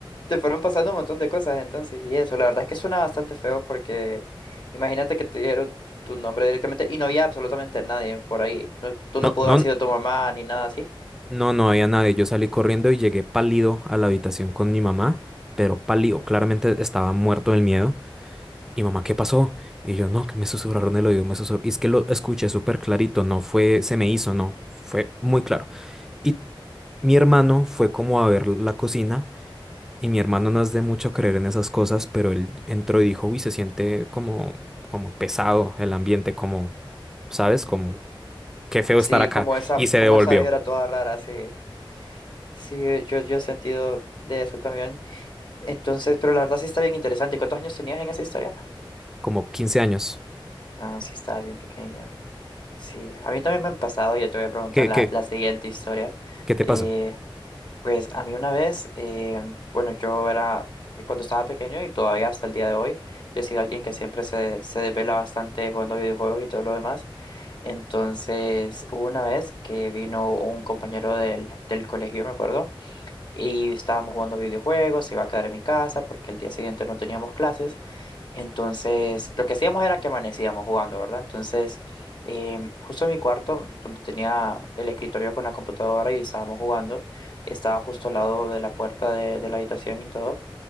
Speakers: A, on the left (about 55°); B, in the centre.
A: Te fueron pasando un montón de cosas entonces y eso. La verdad es que suena bastante feo porque imagínate que te dieron tu nombre directamente y no había absolutamente nadie por ahí. No, tú
B: No,
A: no pudo
B: no,
A: haber sido tu mamá ni nada así.
B: No, no había nadie. Yo salí corriendo y llegué pálido a la habitación con mi mamá, pero pálido, claramente estaba muerto del miedo. Y mamá, ¿qué pasó? Y yo, no, que me susurraron el oído, me susurraron. Y es que lo escuché súper clarito, no fue, se me hizo, no, fue muy claro. Y mi hermano fue como a ver la cocina, y mi hermano no es de mucho creer en esas cosas, pero él entró y dijo, uy, se siente como, como pesado el ambiente, como, ¿sabes? Como, qué feo
A: Sí,
B: estar acá.
A: como esa,
B: Y se
A: como
B: devolvió,
A: esa vibra toda rara, sí. Sí, yo, yo he sentido de eso también. Entonces, pero la verdad sí está bien interesante. ¿Cuántos años tenías en esa historia?
B: como 15 años.
A: Ah, sí, estaba bien pequeño. Sí, a mí también me han pasado, ya te voy a preguntar
B: qué?
A: la,
B: qué,
A: la siguiente historia.
B: ¿Qué te
A: Eh,
B: pasó?
A: pues a mí una vez, eh, bueno, yo era, eh, cuando estaba pequeño y todavía hasta el día de hoy, yo he sido alguien que siempre se, se desvela bastante jugando videojuegos y todo lo demás. Entonces, hubo una vez que vino un compañero del, del colegio, me acuerdo y estábamos jugando videojuegos, se iba a quedar en mi casa porque el día siguiente no teníamos clases. Entonces, lo que hacíamos era que amanecíamos jugando, ¿verdad? Entonces, em, justo en mi cuarto, donde tenía el escritorio con la computadora y estábamos jugando, estaba justo al lado de la puerta de, de la habitación y todo.